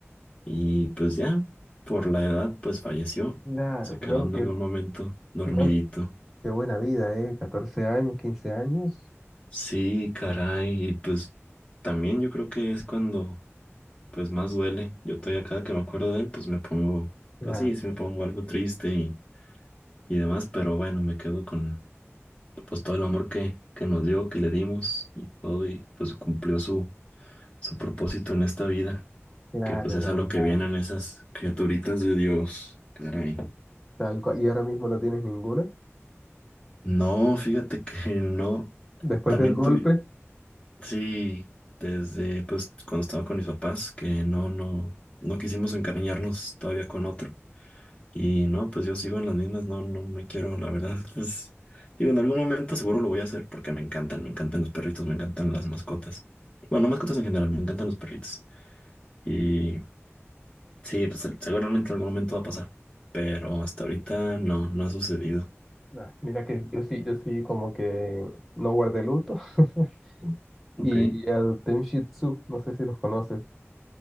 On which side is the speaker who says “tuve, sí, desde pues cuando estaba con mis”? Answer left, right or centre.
Left